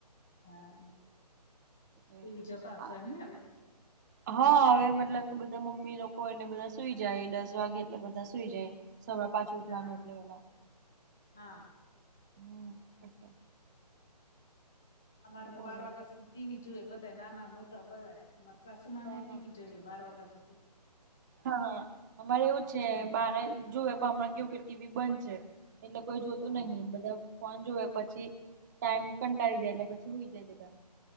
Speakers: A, in the centre; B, on the right (about 25°).
A: હા
B: હ
A: ટીવી જોતા
B: હ
A: હશો એમને હવે
B: હા હવે મતલબ કે બધા મમ્મી લોકો એને બધા સુઈ જાય દસ વાગે એટલે બધા સુઈ જાય સવા પાંચ ઉઠવાનું
A: હા
B: એટલે ઓેલા
A: હા
B: હમ એ
A: અમારે તો
B: બોલો
A: બાર વાગત ટીવી જોુએ બધા નાના મોટા બધા અમાર સાસુમા
B: હા
A: ટીવી જોયું બાર વાગ્યા સુધી
B: હા હા અમારે એવું છે
A: હમ
B: બાર જુવેએ પણ હમણાં કેવું કે ટીવી બંધ છે એટલે કોઈ જોતું
A: હા
B: નહિ બધા ફોન જોવે પછી ટાઈમ કંટાળી જાય એટલે પછી હોઈ જાય બધા